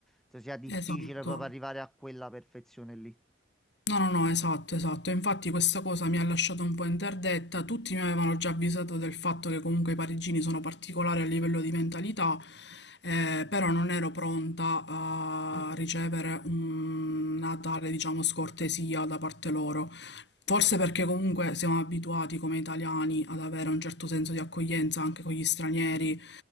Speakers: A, in the centre; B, on the left.
A: se sia difficile
B: Esatto,
A: proprio arrivare a quella perfezione lì.
B: No, no, no, esatto, esatto. Infatti questa cosa mi ha lasciato un po' interdetta. Tutti mi avevano già avvisato del fatto che comunque i parigini sono particolari a livello di mentalità, eh, però non ero pronta a ricevere un- una tale, diciamo, scortesia da parte loro. Forse perché comunque siamo abituati come italiani ad avere un certo senso di accoglienza anche con gli stranieri,